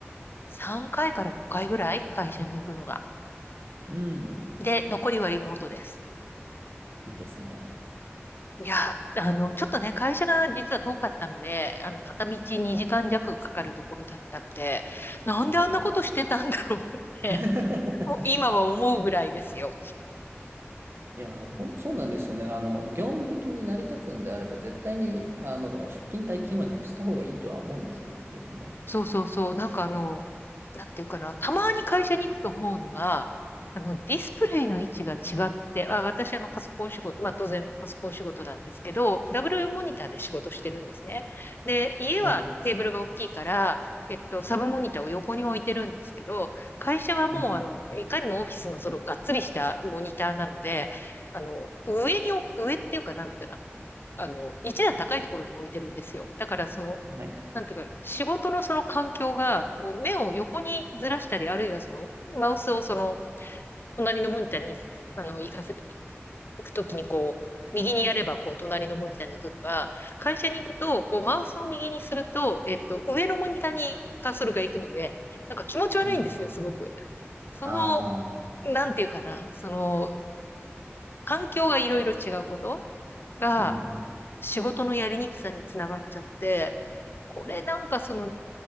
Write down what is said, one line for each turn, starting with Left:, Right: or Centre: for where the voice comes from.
Left: 3回かいから5回ぐらい会社に行くのが。
Right: うん。
Left: で、残りはリモートです。
Right: いいですね。
Left: いや、あの、ちょっとね、会社が実は遠かったので、あの、片道2時間弱かかるところだったっで、なんであんなことしてたんだろうって、
Right: もう <laughs>
Left: <laughs> もう今は思うぐらいですよ。
Right: いや、ほん、そうなんですよね。あの、業務的に成り立つんであれば、絶対に、あの、出勤退勤はなくした方がいいとは思うんですよね、自分も。
Left: そうそうそう。なんかあの、なんていうかな、たまに会社に行くと思うのが、あの、ディスプレイの位置が違って、あ、私、あの、パソコン仕事、まあ、当然、パソコン仕事なんですけど、ダブルモニターで仕事してるんですね。で、家はテーブルが大きいから、
Right: はい。
Left: えっと、サブモニターを横に置いてるんですけど、会社はもう、
Right: うん。
Left: あの、いかにもオフィスのその、がっつりしたモニターなので、あの、上に置く、上っていうか、なんていうかな、あの、一段高いところに置いてるんですよ。だから、その、
Right: はい。
Left: なんていうか、仕事のその環境が、こう目を横にずらしたり、あるいはその、マウスをその、隣のモニターに、あの、行かせ行くときにこう、右にやれば、こう、隣のモニターに行くとか、会社に行くと、こう、マウスを右にすると、えっと、上のモニターにカーソルが行くので、なんか気持ち悪いんですよ、
Right: うん。
Left: すごく。その、
Right: ああ、
Left: なんていうかな、その、環境がいろいろ違うことが、
Right: うん。
Left: 仕事のやりにくさにつながっちゃって、これなんかその